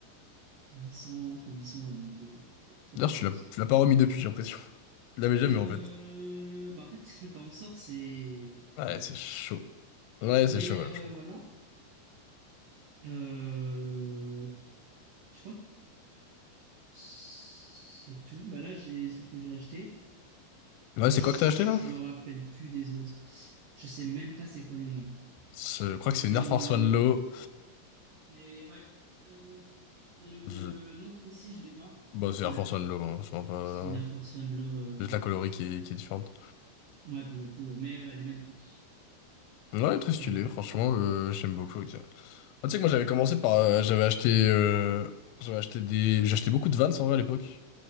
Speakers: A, on the right; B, on the left.
A: 800, entre 800 et 1200, ça
B: D'ailleurs,
A: dépend.
B: tu l'as tu l'as pas remis depuis, j'ai l'impression. Tu l'avais jamais
A: Euh,
B: en fait.
A: bah en fait, <laughs> quand on sort, c'est
B: Ouais,
A: en boîte,
B: c'est
A: quoi.
B: chaud. Ouais,
A: Mais
B: c'est chaud, ouais,
A: euh,
B: je comprends.
A: voilà. Euh, je crois que c'est tout. Bah là, j'ai celle que j'ai achetée
B: Ouais,
A: et je
B: c'est quoi que t'as acheté là?
A: me rappelle plus des autres. Je sais même pas c'est quoi le nom.
B: C'est- Je crois que
A: C'est
B: c'est une Air
A: une.
B: Force
A: euh,
B: One Low.
A: c'est- ouais. euh, mais le,
B: Je...
A: le nom précis, je l'ai pas.
B: Bah,
A: C'est
B: c'est Air
A: le.
B: Force One Low, hein, c'est vraiment pas.
A: C'est une Air Force One Low euh,
B: Juste la colorie qui est, qui est différente.
A: Ouais, pour le coup, euh, mais ouais, elle est magnifique.
B: Ouais, très stylé,
A: Mais ouais,
B: franchement,
A: voilà. hein.
B: euh, j'aime beaucoup. ok. Ah, tu sais que moi j'avais commencé par. euh, j'avais acheté. euh, j'avais acheté des. J'achetais beaucoup de Vans en vrai à l'époque.